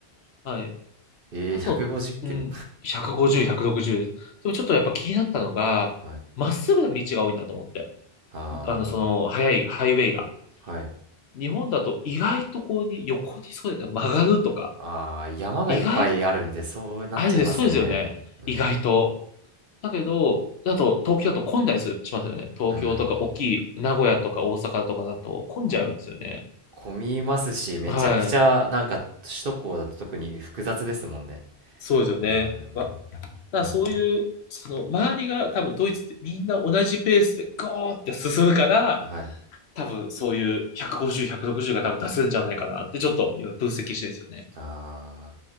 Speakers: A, on the left; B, on the right.
A: はい。
B: えー、
A: あと、
B: 150キロ。
A: うん、150、160。でもちょっとやっぱ気になったのが、
B: はい。
A: まっすぐな道が多いんだと思って。
B: あ
A: あの、その、速いハイウェイが。
B: ー、はい。
A: 日本だと意外とこうに横にそうだよね曲がるとか。
B: あー、山がいっぱいあるんで、
A: 意外、
B: そうなっちゃいますよね。
A: あれでそうですよね。
B: うん。
A: 意外と。だけど、だと東京だと混んだりする、しますよね。東京とか大きい名古屋とか大阪とかだと混んじゃうんですよね。
B: うん。こ、混みますし、めちゃくちゃ、
A: はい。
B: なんか、首都高だと特に複雑ですもんね。
A: そうですよね。
B: うん。
A: まあ、だからそういう、その周りが多分ドイツってみんな同じペースでゴーって進むから、
B: はい。
A: 多分そういう150、160が多分出せるんじゃないかなってちょっと今分析してるんですよね。
B: あ